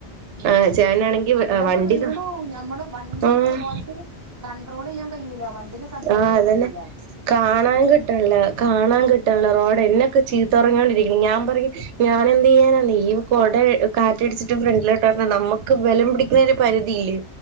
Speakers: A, on the right; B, on the right.
A: ഉം
B: ആഹ് ചേട്ടനാണെങ്കിൽ
A: അങ്ങനെയാവുമ്പോ
B: വണ്ടി
A: വീണുപോവും ഞമ്മള് വണ്ടിന്
B: ആഹ്
A: ഓൽക്ക് കൺട്രോളെയ്യാൻ കയ്യൂല വണ്ടിന് കണ്ടട്രോളെയ്യാൻ
B: ആഹ് അതന്നെ
A: കയ്യൂല്ല
B: കാണാൻ കിട്ടാനില്ല കാണാൻ കിട്ടാനില്ല റോഡ് എന്നൊക്കെ ചീത്ത പറഞ്ഞോടിരിക്കും ഞാൻ പറയും ഞാന് എന്തയ്യാനാ നീയും കൊട കാറ്റടിച്ചിട്ട് ഫ്രണ്ടിലോട്ട് വന്ന നമ്മുക്ക് ബലം പിടി ക്ക്‌ണെ ഒരു പരിധിയില്ലേ